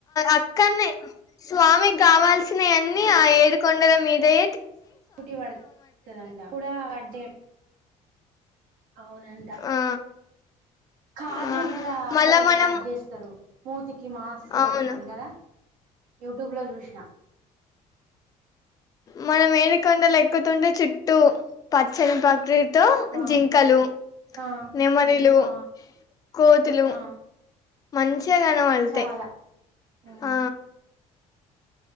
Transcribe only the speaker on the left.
అఅక్కన్నే స్వామి కావాల్సినవివన్నీ ఆ ఏదికొండల మీదే
ఆ
ఆ
మళ్ళా మనం
అవును
మన మేలికొండలు ఎక్కుతుంటే చుట్టూ పచ్చని ప్రకృ తో
జింకలు
నెమలిలు
కోతులు
మంచిగా గనవాడతయ్
ఆ